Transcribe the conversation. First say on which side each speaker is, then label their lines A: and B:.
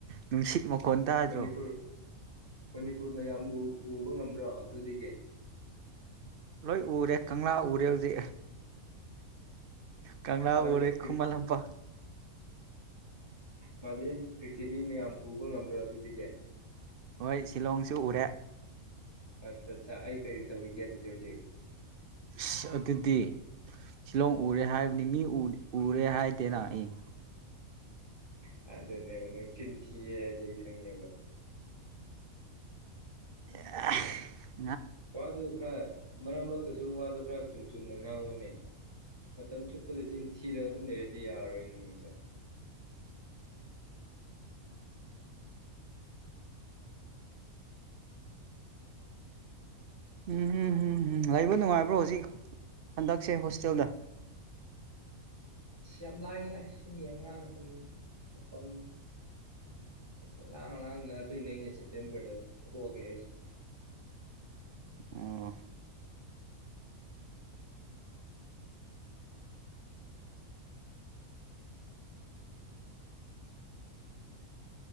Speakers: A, on the right; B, on the right.
A: ꯅꯨꯡꯁꯤꯠ ꯃꯈꯣꯟ ꯇꯥꯗ꯭ꯔꯣ
B: ꯃꯅꯤꯄꯨꯔ ꯃꯅꯤꯄꯨꯔ ꯃꯌꯥꯝ ꯎꯕ ꯄꯨ꯭ꯔꯣ ꯑꯗꯨꯗꯤꯒ <unintelligible>
A: ꯂꯣꯏ ꯎꯔꯦ ꯀꯪꯂꯥ ꯎꯔꯦ ꯍꯧꯖꯤꯛ ꯀꯪꯂꯥ
B: ꯃꯥꯂꯦꯝ
A: ꯎꯔꯦ ꯈꯨꯃꯟ ꯂꯝꯄꯥꯛ
B: ꯃꯥꯜꯂꯤ ꯄ꯭ꯔꯤꯊꯤꯕꯤ ꯃꯌꯥꯝ <unintelligible>
A: ꯍꯣꯏ ꯁꯤꯂꯣꯡꯁꯨ ꯎꯔꯦ
B: ꯑꯥ ꯑꯩ ꯀꯩꯔꯤ ꯇꯧꯔꯤꯒ ꯍꯧꯖꯤꯦꯛ
A: ꯑꯁ ꯑꯗꯨꯗꯤ ꯁꯤꯂꯣꯡ ꯎꯔꯦ ꯍꯥꯏꯕꯅꯤ ꯃꯤ ꯎꯔꯦ ꯍꯥꯏꯗꯦꯅ ꯑꯩ
B: ꯑꯗꯨꯅꯦꯕ ꯅꯪ ꯆꯤꯟ ꯊꯤꯌꯦ ꯍꯥꯏꯁꯦ ꯑꯩ ꯈꯪꯉꯦꯕ
A: ꯑ <unintelligible>
B: ꯋꯥꯗꯨ ꯈꯔ ꯃꯔꯛ ꯃꯔꯛꯇꯁꯨ ꯋꯥꯗꯨ ꯈꯔ ꯆꯨꯝ ꯆꯨꯝꯅ ꯉꯥꯡꯉꯣꯅꯦ ꯃꯇꯝ ꯆꯨꯞꯄꯗ ꯆꯤꯟꯊꯤꯔꯒ ꯑꯗꯨꯝ ꯂꯩꯔꯗꯤ ꯌꯥꯔꯔꯣꯏꯅꯦ ꯅꯪꯁꯦ
A: ꯎꯝꯝ ꯎꯝ ꯂꯩꯕꯥ ꯅꯨꯡꯉꯥꯏꯕ꯭ꯔꯣ ꯍꯧꯖꯤꯛ ꯍꯟꯗꯛꯁꯦ ꯍꯣꯁꯇꯦꯜꯗ
B: ꯑꯁ ꯌꯥꯝ ꯂꯥꯡꯉꯤꯗ ꯁꯤꯒꯤ ꯑꯉꯥꯡꯁꯤꯡ ꯃꯇꯝ ꯄꯨꯂꯥꯡ ꯂꯥꯡꯗꯅ ꯑꯗꯨꯏꯅꯦ ꯑꯩꯅ ꯁꯦꯞꯇꯦꯝꯕꯔꯗ ꯊꯣꯛꯑꯒꯦ ꯍꯥꯏꯁꯦ
A: ꯑꯣ